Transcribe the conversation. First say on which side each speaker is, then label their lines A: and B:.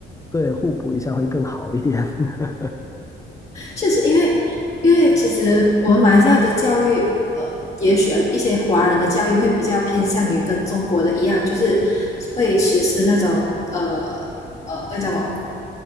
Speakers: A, on the left; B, on the left.
A: 对，互补一下会更好一点。<laughs>
B: 确实，因为因为其实我们马来西亚的教育，呃，也许一些华人的教育会比较偏向于跟中国的一样，就是会实施那种呃呃那叫什么？